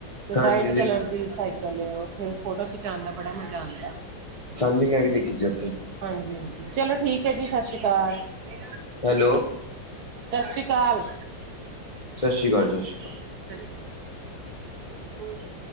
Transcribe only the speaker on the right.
ਤੇ
ਵਾਈਟ ਕਲਰ ਦੀ ਸਾਈਕਲ ਉ ਫੋਟੋ ਖਿਚਾਉਣ ਦਾ ਬੜਾ ਮਜ਼ਾ ਆਂਦਾ
ਹਾਂਜੀ ਹਾਂਜੀ। ਚਲੋ ਠੀਕ ਹੈ। ਜੀ ਸਤਿ ਸ਼੍ਰੀ ਅਕਾਲ। ਸਤਿ
ਸ਼੍ਰੀ ਅਕਾਲ।
ਸਤਿ ਸ਼੍ਰੀ ਅਕਾਲ।